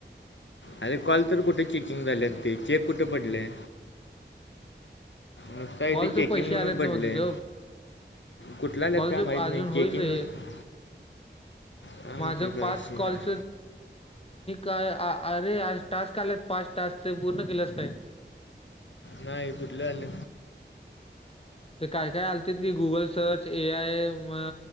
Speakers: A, on the left; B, on the left.
A: अरे कॉल तर कुठे चेकिंग झाले ते चेक कुठे पडले नुसता इथे
B: कॉलच
A: चेकिंग
B: पैसे
A: म्हणून
B: आलेत
A: पडले
B: ना म तुझ
A: कुठला आल्यात
B: कॉल
A: काय
B: चे
A: माहीत
B: अजून
A: नाही चेकिंग
B: होईल रे
A: नुसतं काय माहिती
B: माझ
A: काय
B: पाच
A: विषय
B: कॉलच
A: आहे.
B: काय अरे आज टास्क आलेत पाच टास्क ते पूर्ण केलंस काय
A: नाही फुठलं
B: ते काय काय आलत की गुगल सर्च ए आय म